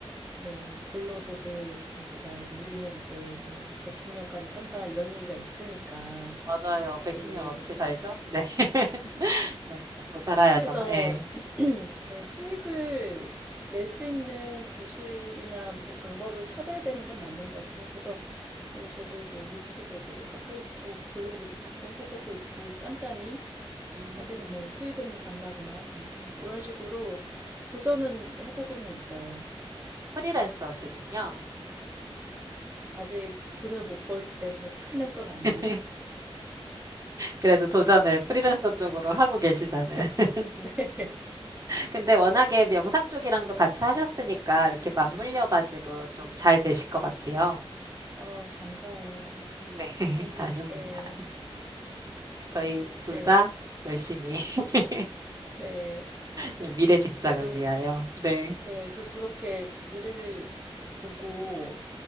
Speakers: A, on the right; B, on the right.
A: 뭐, 불로소득, 뭐, 그 다음에 이제 우리는 이제 뭐, 110년까지 산다, 이런 얘기가 있으니까,
B: 맞아요. 110년
A: 이제
B: 어떻게 살죠? 네, <laughs> 네, 먹고 살아야죠.
A: 그래서
B: 네.
A: <clears throat> 예, 수익을 낼 수 있는 구실이나 뭐 이렇게 방법을 찾아야 되는 건 맞는 것 같아요. 그래서 뭐 저도 뭐 유튜버도 하고 있고 블로그도 작성해보고 있고 짬짬이
B: 음,
A: 하지만 뭐 수익은 안 나지만 아무튼
B: 네.
A: 그런 식으로 도전은 해보고는 있어요.
B: 프리랜서시군요.
A: 아직 돈을 못 벌기 때문에 프리랜서는
B: <laughs>
A: 아닙니다.
B: 네. 그래도 도전을 프리랜서 쪽으로 하고 계시다는.
A: <laughs>
B: <laughs>
A: 네.
B: 근데 워낙에 영상 쪽이랑도 같이 하셨으니까 이렇게 맞물려가지고 좀 잘 되실 것 같아요.
A: 어, 감사해요.
B: 네,
A: 그래서
B: <laughs> 아닙니다.
A: 예,
B: 저희 둘
A: 이제
B: 다 열심히 <laughs>
A: 네.
B: 네, 미래 직장을
A: 그래도
B: 위하여. 네.
A: 네, 그, 그렇게 미래를 보고